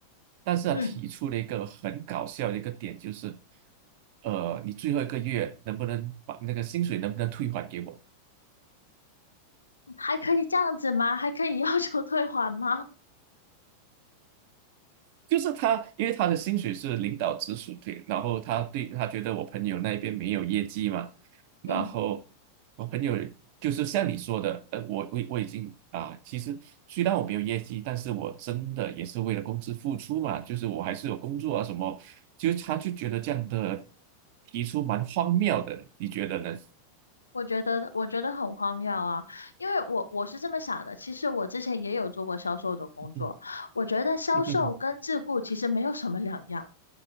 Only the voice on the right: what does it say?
但是他提出了一个很搞笑的一个点，
就是，呃，你最后一个月能不能把那个薪水能不能退还给我？
就是他，因为他的薪水是领导直属对，然后他对他觉得我朋友那边没有业绩嘛，然后
我朋友就是像你说的，呃，我我我已经啊，其实虽然我没有业绩，但是我真的也是为了公司付出嘛，就是我还是有工作啊什么，就是他就觉得这样的提出蛮荒谬的，你觉得呢？
<laughs> 嗯
嗯哼